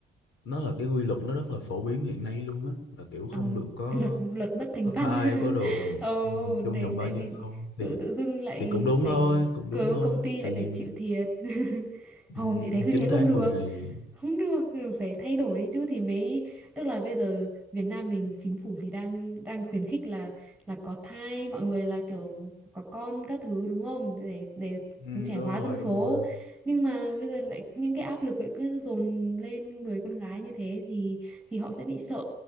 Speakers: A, on the left; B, in the centre.
A: nó là cái quy luật nó rất là phổ biến hiện nay luôn á là kiểu không
B: Ồ,
A: được có
B: luật luật bất thành
A: có
B: văn
A: thai
B: <laughs>
A: có đồ
B: Ồ,
A: ừ,
B: để
A: trong vòng bao
B: tại
A: nhiêu
B: vì
A: lâu thì
B: tự tự dưng lại
A: thì cũng đúng
B: phải
A: thôi cũng đúng
B: cớ
A: thôi
B: công ty
A: tại
B: lại
A: vì
B: phải
A: mình
B: chịu thiệt <laughs> không
A: ừ,
B: chị thấy cứ
A: 9
B: thế không
A: tháng
B: được
A: mười ngày
B: không được phải thay đổi đi chứ thì mới tức là bây giờ Việt Nam mình chính phủ thì đang đang khuyến khích là là có thai mọi người là kiểu có con các thứ đúng không để để
A: ừ, đúng
B: trẻ
A: rồi
B: hóa dân số
A: đúng rồi
B: nhưng mà bây giờ lại những cái áp lực lại cứ dồn lên người con gái như thế thì thì họ sẽ bị sợ